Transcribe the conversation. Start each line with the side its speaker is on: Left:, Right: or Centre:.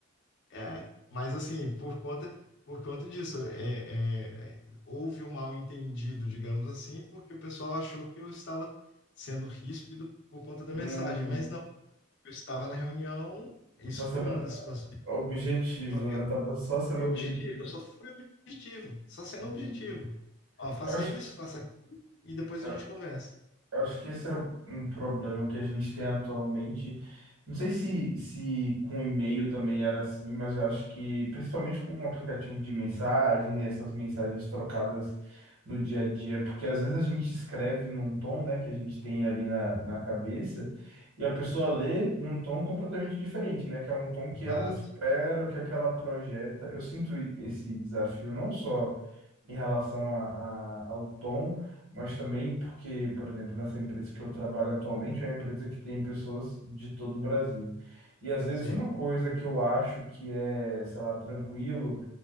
Left: É, mas assim, por conta, por conta disso, é, é, é, houve um mal-entendido, digamos assim, porque o pessoal achou que eu estava sendo ríspido por conta da
Right: Hum,
Left: mensagem, mas não, eu estava na reunião, isso
Right: você,
Left: foi uma das situações,
Right: objetivo,
Left: só que
Right: né?
Left: eu
Right: Tava só sendo
Left: fui
Right: objetivo.
Left: objetivo, eu só fui objetivo, só sendo
Right: Entendi.
Left: objetivo. Ó, faça
Right: Eu acho
Left: isso, faça aquilo, e depois
Right: que.
Left: a gente conversa.
Right: Eu acho que esse é um problema que a gente tem atualmente. Não sei se, se com e-mail também era assim, mas eu acho que principalmente com um aplicativo de mensagem, essas mensagens trocadas no dia a dia, porque às vezes a gente escreve num tom, né, que a gente tem ali na, na cabeça, e a pessoa lê num tom completamente diferente, né, que é um tom que
Left: Exato,
Right: ela espera, que aquela projeta. Eu sinto esse desafio não só em relação a, a- ao tom, mas também porque, por exemplo, nessa empresa que eu trabalho atualmente é uma empresa que tem pessoas de todo o Brasil. E às vezes
Left: certo.
Right: uma coisa que eu acho que é, sei lá, tranquilo